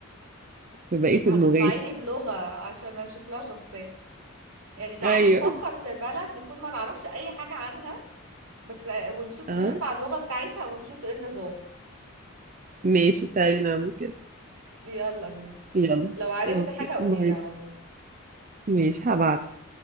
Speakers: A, on the right; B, on the right.
A: في بقيه
B: هتطلعي
A: اللغات
B: لي بلغة عشان اشوف لها شخصية يعني تعالي
A: ايوه
B: نفكر في بلد نكون ما نعرفش اي حاجة عنها بس آه، ونشوف
A: <laughs> اه
B: نسمع <laughs> اللغة بتاعتها ونشوف ايه النظام
A: ماشي تعالي نعمل كده
B: يلا بينا
A: يلا
B: لو عرفتي
A: اوكي
B: حاجة قوليلي
A: باي
B: على طول
A: ماشي هبعت